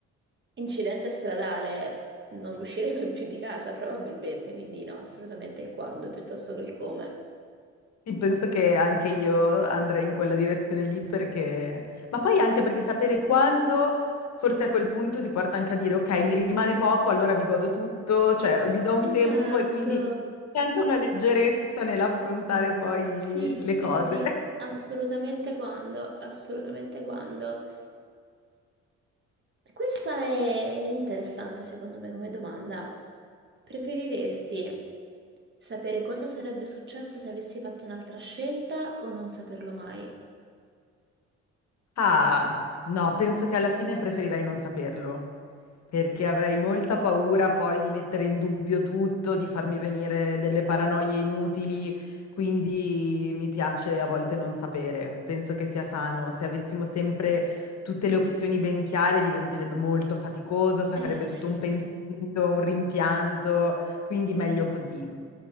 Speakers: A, on the right; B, on the left.
A: incidente stradale, non usciremo <laughs> più di casa probabilmente, quindi no, assolutamente il quando piuttosto che il come.
B: Sì, penso che anche io andrei in quella direzione lì perché, ma poi anche perché sapere quando, forse a quel punto ti porta anche a dire, ok, mi rimane poco, allora mi godo tutto, cioè mi do un
A: Esatto.
B: tempo e quindi c'è anche una leggerezza nell'affrontare poi
A: Sì, sì,
B: le
A: sì,
B: cose.
A: sì, sì, assolutamente quando, assolutamente quando. Questa è interessante secondo me come domanda. Preferiresti sapere cosa sarebbe successo se avessi fatto un'altra scelta o non saperlo mai?
B: Ah, no, penso che alla fine preferirai non saperlo, perché avrei molta paura poi di mettere in dubbio tutto, di farmi venire delle paranoie inutili, quindi mi piace a volte non sapere. Penso che sia sano. Se avessimo sempre tutte le opzioni ben chiare, diventerebbe molto faticoso, sarebbe
A: Eh
B: tutto
A: sì,
B: un pentito, un rimpianto, quindi meglio così.